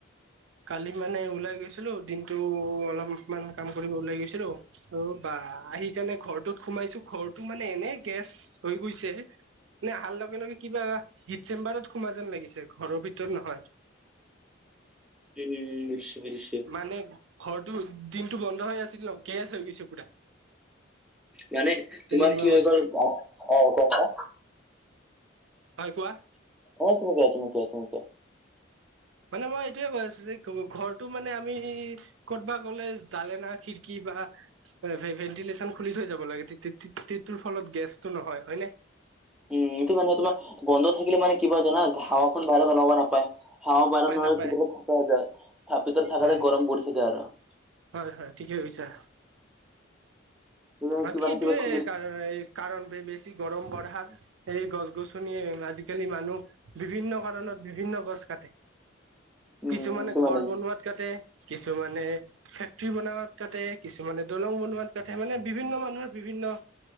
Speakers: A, on the right; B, in the centre.
A: কালি মানে ওলাই গৈছিলোঁ দিনটো অলপমান কাম কৰিব ওলাই গৈছিলোঁ অ', বা আহি কাৰণে ঘৰটোত সোমাইছো ঘৰটো‌ মানে এনে গেছ হৈ গৈছে নে আহাৰ লগে লগে কিবা হিট চেম্বাৰত সোমোৱা যেন লাগিছে ঘৰৰ ভিতৰত নহয়।
B: উম বুজিছোঁ বুজিছোঁ।
A: মানে ঘৰটো দিনটো বন্ধ হৈ আছিল ন, গেছ হৈ গৈছে পুৰা।
B: মানে
A: তেনেকুৱা
B: তোমাৰ কি
A: মানে।
B: হৈ গ'ল অ ক কা
A: হয় কোৱা।
B: <inaudible>
A: মানে মই এইটোযৱে কৈ আছোঁ যে ঘৰটো মানে আমি কৰ'তব গ'লে জালে ন খিৰিকী বা <inaudible> ভ ভেন্টিলেশ্যন খুলি থৈ যাব লাগে, তেটোৰ ফলত গেছটো নহয় হয় ন?
B: উম এইটো মানে তোমাৰ গন্ধ থাকিলে মানে কিবা জানা হাৱাখন বাহিৰত অলাব নাপায়। হা
A: নাপায়
B: বাৰানো
A: নাপায়
B: হয় ভিতৰত থাকা যায় ভিতৰত থাকাতে
A: হয়
B: গৰম পৰি থাকে আৰু। <inaudible>
A: হয় হয়, ঠিকে কৈছা।
B: তুমি
A: বাকী
B: কিবা না
A: এইটোৱে
B: কিবা খুলি
A: কাৰণ বছি গৰম বঢ়াৰ এই গছ গছনিয়ে আজিকালি মানুহ, বিভিন্ন কাৰণত বিভিন্ন গছ কাটে।
B: উম
A: কিছুমানে
B: এইটো
A: ঘৰ
B: মানে
A: বনোৱাত কাটে কিছুমানে ফেক্টৰী বনাত কাটে, কিছুমানে দলং বনোৱাত কাটে, মানে বিভিন্ন মানুহৰ বিভিন্ন